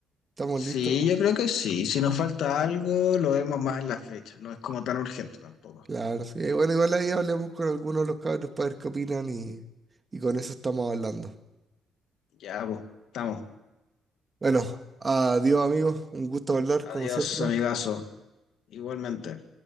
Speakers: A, on the right (about 30°); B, on the left (about 75°).
A: Estamos
B: Sí,
A: listos.
B: yo creo que sí. Si nos falta algo, lo vemos más en la fecha. No es como tan urgente tampoco.
A: Claro, sí. Bueno, igual ahí hablemos con algunos de los cabros para ver qué opinan y, y con eso estamos hablando.
B: Ya, pues, estamos.
A: Bueno, adiós amigos, un gusto hablar como
B: Adiós,
A: siempre.
B: amigazo. Igualmente.